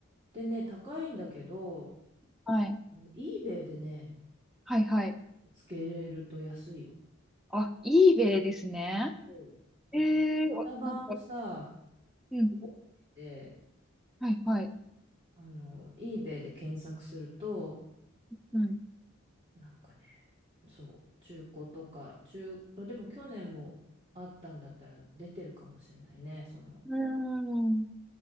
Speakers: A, on the right; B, in the centre.
A: でね、高いんだけど、
B: はい。
A: あの、eBay でね、
B: はい、はい。
A: 見つけれると安いよ。
B: あ、eBay ですね。
A: そうだから、
B: え
A: 型番をさ、
B: ー、わなんか、うん。
A: 覚えておいて、
B: はい、はい。
A: あの、eBay で検索すると、
B: うん。
A: なんかね、そう、中古とか、中、あでも去年もあったんだったら出てるかもしれないね、その。
B: うーん。